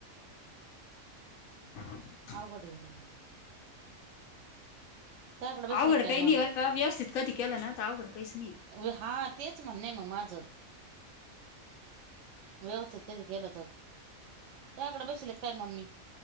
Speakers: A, on the left; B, on the right.
A: <unintelligible>
B: अवघड आहे लई त्याकडे बसले
A: अवघड
B: काय
A: काही नाही
B: मग
A: बर का व्यवस्थित कधी केलं ना तर अवघड काहीच नाही.
B: ओ हा तेच म्हणणे आहे ना म माझं व्यवस्थित कधी केलं तर त्याकडे बसले काय मम्मी?